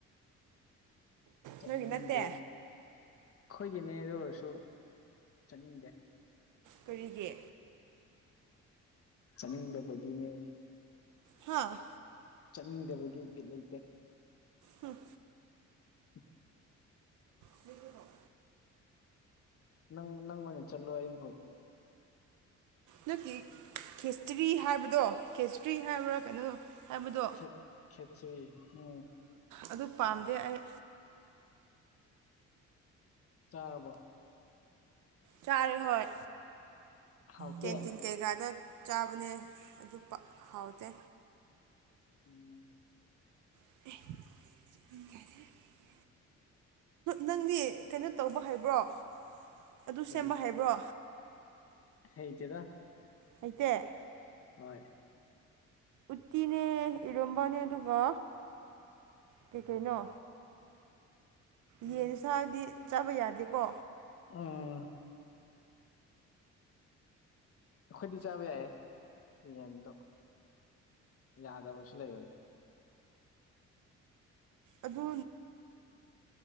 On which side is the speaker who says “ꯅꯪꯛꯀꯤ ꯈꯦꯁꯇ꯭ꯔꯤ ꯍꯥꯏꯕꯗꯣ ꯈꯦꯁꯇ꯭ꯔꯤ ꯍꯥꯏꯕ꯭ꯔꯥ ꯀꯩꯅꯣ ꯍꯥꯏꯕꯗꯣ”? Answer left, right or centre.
Right